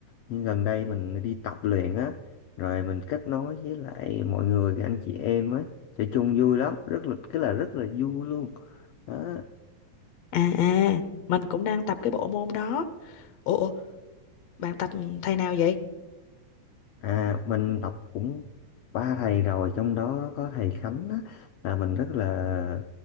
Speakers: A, on the left; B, on the left.
A: nhưng gần đây mình đi tập luyện á rồi mình kết nối với lại mọi người anh chị em á chơi chung vui lắm rất là cái là rất là vui luôn đó
B: À à, mình cũng đang tập cái bộ môn đó. Ủa, ủa, bạn tập ừ, thầy nào vậy?
A: à mình tập cũng ba thầy rồi trong đó có thầy Khánh á là mình rất là